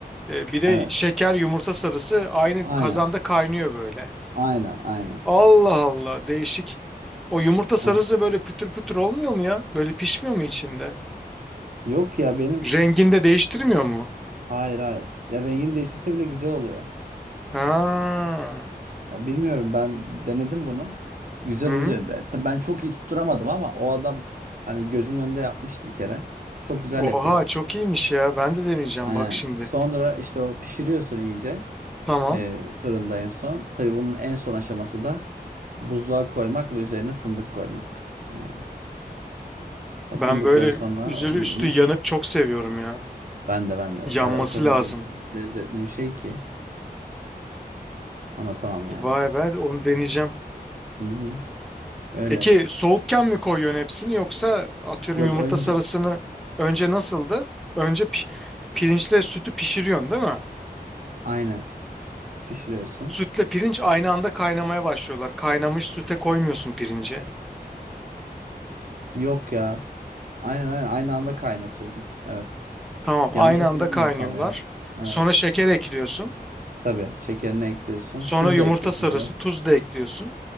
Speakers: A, in the centre; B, on the right.
A: e, bir de
B: Evet.
A: şeker, yumurta sarısı aynı
B: Aynen.
A: kazanda kaynıyor böyle.
B: Aynen. Aynen.
A: Allah Allah, değişik. O yumurta sarısı
B: Ha.
A: böyle pütür pütür olmuyor mu ya? Böyle pişmiyor mu içinde?
B: Yok ya benim
A: Rengini de değiştirmiyor mu?
B: hayır hayır. Ya rengini değiştirse bile güzel oluyor.
A: Ha.
B: Ya bilmiyorum ben denedim bunu. Güzel
A: Hı.
B: oluyor. Ben tabii ben çok iyi tutturamadım ama o adam hani gözümün önünde yapmıştı bir kere. Çok güzel
A: Oha,
B: yapıyor.
A: çok iyiymiş ya. Ben de deneyeceğim
B: Aynen.
A: bak şimdi.
B: Sonra işte o pişiriyorsun iyice
A: Tamam.
B: e, fırında en son. Tabii bunun en son aşaması da buzluğa koymak ve üzerine fındık koymak. Yani o
A: Ben
B: fındıkları
A: böyle
B: sonra
A: üzeri
B: Hı-hı.
A: üstü yanık çok seviyorum ya.
B: ben de ben de
A: Yanması
B: var ya o kadar
A: lazım.
B: le- lezzetli bir şey ki anlatamam yani.
A: Vay be, onu deneyeceğim.
B: Hı hı. Öyle.
A: Peki soğukken mi koyuyorsun hepsini yoksa atıyorum
B: Yok
A: yumurta
B: önce
A: sarısını önce nasıldı? Önce pi- pirinçle sütü pişiriyorsun değil mi?
B: aynı pişiriyorsun.
A: Sütle pirinç aynı anda kaynamaya başlıyorlar. Kaynamış süte koymuyorsun pirinci.
B: Yok ya. Aynen aynen aynı anda kaynatıyordum. Evet.
A: Tamam,
B: Yanlış
A: aynı
B: hatırlamıyorsam
A: anda kaynıyorlar.
B: yani. Evet.
A: Sonra şeker ekliyorsun.
B: Tabii şekerini ekliyorsun.
A: Sonra
B: Tuz
A: yumurta
B: da ekliyorsun
A: sarısı,
B: biraz.
A: tuz da ekliyorsun.